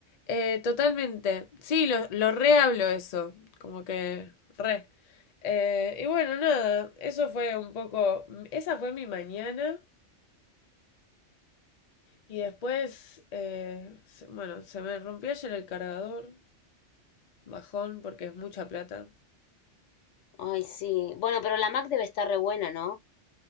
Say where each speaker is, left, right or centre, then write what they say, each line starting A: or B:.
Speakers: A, on the left (about 60°); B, on the left (about 80°).
A: Eh, totalmente. Sí, lo, lo re hablo eso. Como que re. Eh, y bueno, nada, eso fue un poco. Esa fue mi mañana. Y después, eh, se- bueno, se me rompió ayer el cargador. Bajón, porque es mucha plata.
B: Ay, sí. Bueno, pero la Mac debe estar re buena, ¿no?